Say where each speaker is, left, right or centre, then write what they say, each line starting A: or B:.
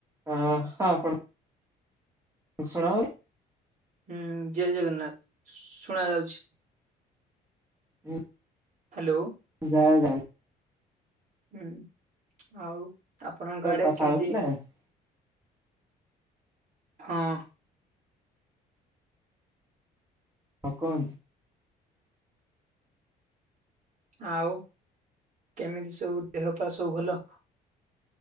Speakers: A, on the right (about 15°); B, on the right (about 50°).
A: ହ ହଁ ଆପଣ ଶୁଣା ହଉନି।
B: ହୁଁ ଜୟ ଜଗନ୍ନାଥ ଶୁଣା ଯାଉଛି।
A: ହୁଁ।
B: ହ୍ୟାଲୋ।
A: ଯା ଜାଣେ
B: ହୁଁ ଆଉ ଆପଣଙ୍କ ଆଡେ
A: କଥା
B: କେମିତି
A: ହଉଥିଲେ ହଁ
B: ହଁ।
A: ହଉ କହ।
B: ଆଉ କେମିତି ସବୁ ଦେହ ପା ସବୁ ଭଲ।